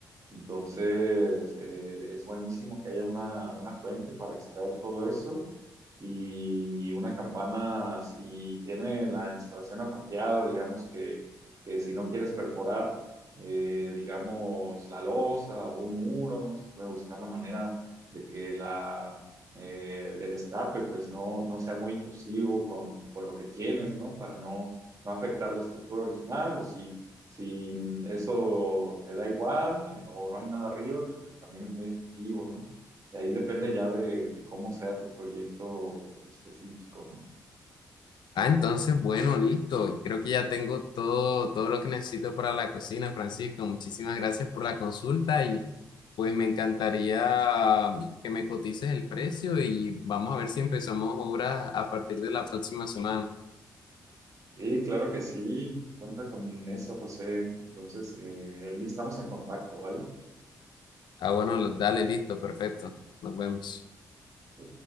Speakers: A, on the right; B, on the left.
A: Entonces eh, es buenísimo que haya una, una fuente para extraer todo eso y una campana, si tiene la instalación apropiada, digamos que, que si no quieres perforar, eh, digamos, la losa o un muro, se puede buscar la manera de que la, eh, el escape pues no, no sea muy intrusivo con, con lo que tienes, ¿no? Para no, no afectar la estructura original o si... Si eso te da igual eh, o no hay nada arriba, pues es- también es muy efectivo, ¿no? De ahí depende ya de, de cómo sea tu proyecto específico, ¿no?
B: Ah, entonces, bueno, listo. Creo que ya tengo todo, todo lo que necesito para la cocina, Francisco. Muchísimas gracias por la consulta y pues me encantaría que me cotices el precio y vamos a ver si empezamos obras a partir de la próxima semana.
A: Sí, claro que sí. Cuenta con eso, José. Entonces, eh, ahí estamos en contacto, ¿vale?
B: Ah, bueno, dale, listo, perfecto. Nos vemos.
A: Sí.